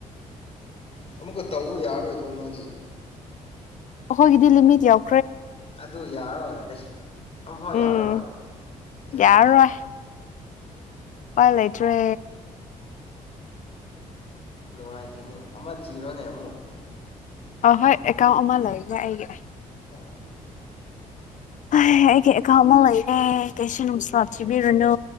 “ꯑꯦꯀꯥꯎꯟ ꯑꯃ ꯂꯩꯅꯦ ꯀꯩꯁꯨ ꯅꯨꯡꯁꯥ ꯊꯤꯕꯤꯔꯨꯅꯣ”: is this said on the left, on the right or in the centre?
Left